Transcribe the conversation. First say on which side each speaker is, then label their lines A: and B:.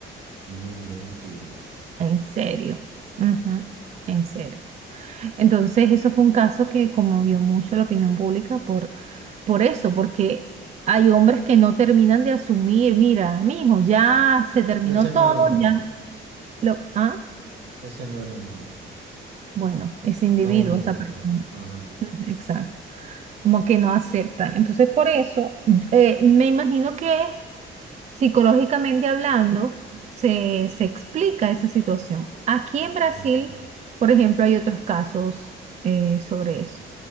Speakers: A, on the right (about 65°); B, on the right (about 35°).
A: No inventes.
B: En serio. Ujú, En serio. Entonces, eso fue un caso que conmovió mucho la opinión pública por, por eso, porque hay hombres que no terminan de asumir, mira, mijo, ya se terminó
A: ese no
B: todo,
A: era un hombre,
B: ya lo, ah,
A: ese no era un hombre,
B: bueno, ese individuo,
A: no uno de
B: esa
A: verdad.
B: persona.
A: Ajá.
B: Ujú, Exacto. Como que no aceptan. Entonces, por eso, eh, me imagino que psicológicamente hablando, se, se explica esa situación. Aquí
A: ujú,
B: en Brasil, por ejemplo, hay otros casos eh, sobre eso.